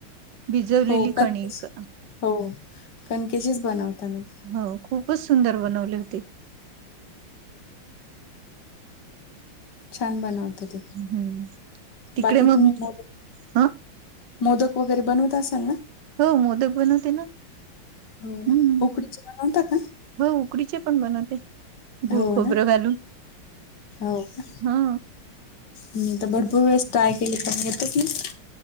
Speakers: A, on the right (about 65°); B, on the left (about 55°).
A: भिजवलेली
B: हो कणकेची
A: कणीक
B: हो कणकेचेच बनवताना.
A: हो खूपच सुंदर बनवले होते.
B: छान बनवत ते
A: हम्म तिकडे
B: बाकी
A: मग
B: तुम्ही मोदक
A: ह
B: मोदक वगैरे बनवत असाल ना.
A: हो मोदक बनवते ना.
B: हो ना
A: हम्म
B: उकडीच्या बनवता का.
A: हो उकडीचे पण बनवते गुळ
B: हो
A: खोबरं
B: ना.
A: घालून
B: हो का?
A: ह.
B: मी तर भरपूर वेळेस ट्राय केले पण येतच नाही.